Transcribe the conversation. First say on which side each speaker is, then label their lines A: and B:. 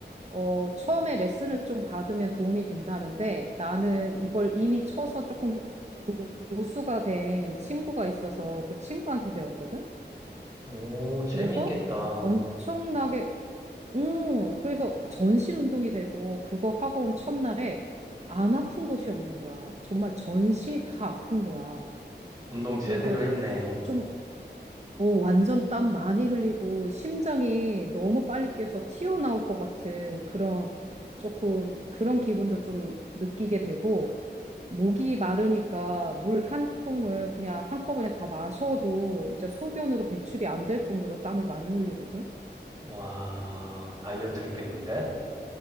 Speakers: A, on the right (about 40°); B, on the right (about 20°).
A: 어, 처음에 레슨을 좀 받으면 도움이 된다는데 나는 이걸 이미 쳐서 조금 고수가 된 친구가 있어서 그 친구한테 배웠거든?
B: 오, 재미있겠다.
A: 그래서 엄청나게, 음, 그래서 전신 운동이 되고 그거 하고 온 첫날에 안 아픈 곳이 없는 거야. 정말 전신이 다 아픈 거야.
B: 운동 제대로
A: 그래서
B: 했네.
A: 좀 어, 완전 땀 많이 흘리고 심장이 너무 빨리 뛰어서 튀어나올 것 같은 그런 조금 그런 기분도 좀 느끼게 되고 목이 마르니까 물 한 통을 그냥 한꺼번에 다 마셔도 이제 소변으로 배출이 안 될 정도로 땀을 많이 흘리거든.
B: 와, 다이어트 했겠는데?